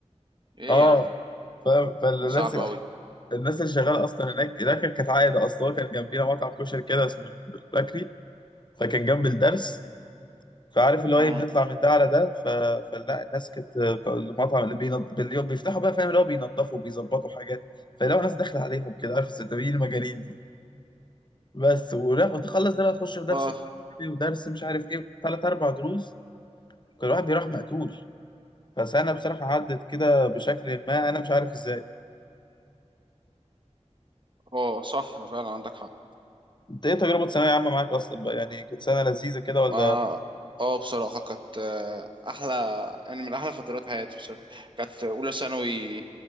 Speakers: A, on the right; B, on the left.
A: ايه
B: اه
A: يا عم
B: فاهم فالناس
A: صعب أوي
B: الناس اللي شغاله اصلا هناك هناك كانت عايده اصلا هو كان جنبينا مطعم كشري كده اسمه بكري فكان جنب الدرس فعارف اللي هو
A: امم
B: ايه بنطلع من ده على ده ف... فلا الناس كانت بتوع المطعم اللي بينض... باليوم بيفتحوا بقى فاهم اللي هو بينضفوا وبيظبطوا حاجات فلو ناس داخله عليهم كده عارف الستاويين المجانين دي بس ولا وتخلص ده لا تخش في درس
A: اه
B: فرنسي ودرس مش عارف ايه ثلاث اربع دروس كل واحد بيروح مقتول فسنه بصراحه عدت كده بشكل ما انا مش عارف ازاي
A: اه صح فعلا عندك حق
B: انت ايه تجربه ثانويه عامه معاك اصلا بقى يعني كانت سنه لذيذه كده ولا
A: ما اه بصراحة كانت آه، أحلى يعني من أحلى فترات حياتي بصراحة كانت أولى ثانوي